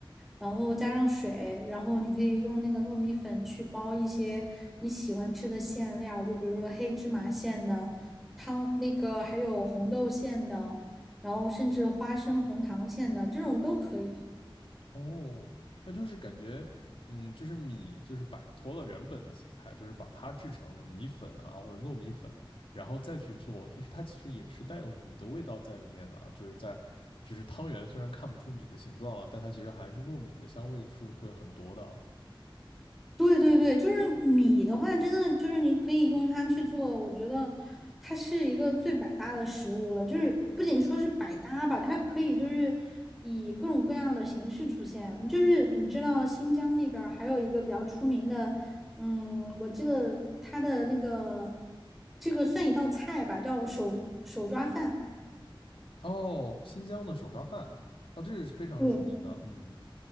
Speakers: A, in the centre; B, on the left (about 85°).
A: 然后加上水，然后你可以用那个糯米粉去包一些你喜欢吃的馅料，就比如说黑芝麻馅的汤，那个还有红豆馅的，然后甚至花生红糖馅的这种都可以。
B: 哦，那就是感觉，嗯，就是米就是摆脱了原本的形态，就是把它制成就是米粉啊或者糯米粉，然后再去做，就是它其实也是带有米的味道在里面的啊，就是在，就是汤圆虽然看不出米的形状了，但它其实还是糯米的香味是会很多的啊
A: 对对对，就是米的话，真的就是你可以用它去做，我觉得它是一个最百搭的食物了。就是不仅说是百搭吧，它可以就是以各种各样的形式出现。就是你知道新疆那边儿还有一个比较出名的，嗯，我记得它的那个这个算一道菜吧，叫手手抓饭。
B: 哦，新疆的手抓饭，哦，这是非常出名的，
A: 对
B: 嗯